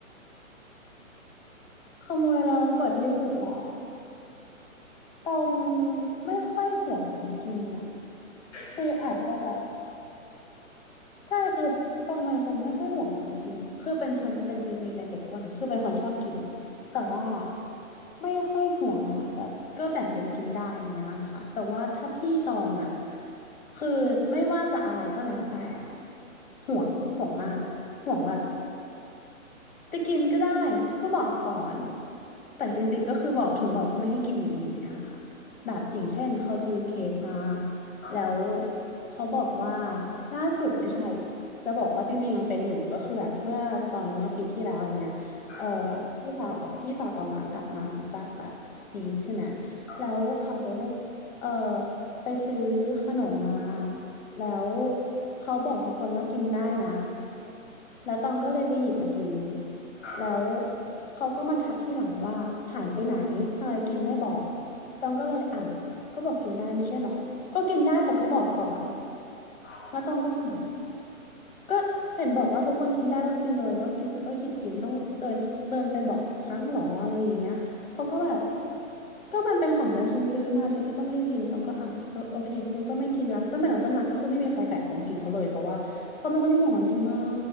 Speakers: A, on the left; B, in the centre.
A: ขโมยแล้วโกดที่สุดเหรอตองไม่ค่อยห่วงของกินน่ะ
B: ใจดีอีก
A: คืออาจจะแบบ ใช่คือต้องเป็นคนไม่ค่อยห่วงของกินอะคือเป็นชนเป็นจริงๆเป็นเด็กอ้วนอะคือเป็นคนชอบกินแต่ว่า
B: อ่า
A: ไม่ค่อยห่วงอะแบบก็แบ่งกันกินได้อย่างเงี้ยค่ะแต่ว่าถ้าพี่ตองอะคือไม่ว่าจะอะไรก็แล้วแต่อะห่วงห่วงมากห่วงแบบ จะกินก็ได้ก็บอกก่อนแต่จริงๆก็คือบอกถึงบอกก็ไม่ให้กินอยู่ดีอย่างเงี้ยค่ะแบบอย่างเช่นเขาซื้อเค้กมา
B: ครับผม
A: แล้วเขาบอกว่าล่าสุดไม่ใช่จะบอกว่าจริงๆยังเป็นอยู่ก็คือแบบเมื่อตอนเมื่อปีที่แล้วอย่างเงี้ยเอ่อ
B: อ่า
A: พี่สาวของพี่สาวตองอะกลับมาจากแบบจีนใช่ไหม
B: ครับผม
A: แล้วเขาเอ่อไปซื้อขนมมาแล้วเขาบอกทุกคนว่ากินได้นะ แล้วตองก็เลยไปหยิบมากิน
B: ครับ
A: แล้วเขาก็มาทักที่หลังว่าหายไปไหน ทำไมกินไม่บอก ตองก็เลยอ้าวก็บอกกินได้ไม่ใช่เหรอ ก็กินได้แต่ก็บอกก่อน
B: อ๋อ
A: แล้วตองก็อ้าวก็เห็นบอกว่าทุกคนกินได้ก็กินเลยก็กินก็หยิบกินต้องเดินเดินไปบอกทุกครั้งเหรออะไรอย่างเงี้ยเขาก็แบบก็มันเป็นของฉันฉันซื้อมาฉันก็ต้องได้กิน ตองก็อ่ะเออโอเคงั้นก็ไม่กินละตั้งแต่นั้นต้นมาก็คือไม่มีใครแตะของกินเขาเลยเพราะว่าเขาเป็นคนที่ห่วงของกินมา